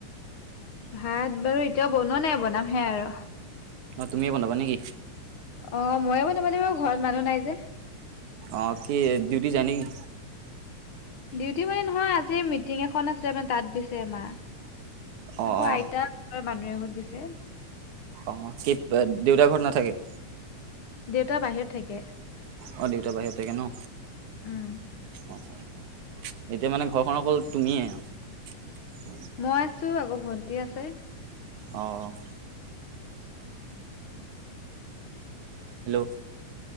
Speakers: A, on the left; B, on the right.
A: ভাত বাৰু এতিয়া বনোৱা নাই, বনামহে আৰু।
B: অ', তুমিয়ে বনাবা নেকি?
A: অ', মই বনাম মানে মই ঘৰত মানুহ নাই যে।
B: অ', কি ডিউটি যায় নেকি?
A: ডিউটি মানে নহয় আজি মিটিং এখন আছে মানে তাত গৈছে মা।
B: অ
A: আকৌ
B: অ
A: আইতা ওচৰৰে মানুহ এঘৰত গৈছে।
B: অ', কি দেউতা ঘৰত নাথাকে?
A: দেউতা বাহিৰত থাকে।
B: অ, দেউতা বাহিৰত থাকে ন
A: উম
B: অ, এতিয়া মানে ঘৰখনত অকল তুমিয়েই আৰু।
A: মই আছোঁ, আকৌ ভণ্টি আছে।
B: অ'। হেল্ল'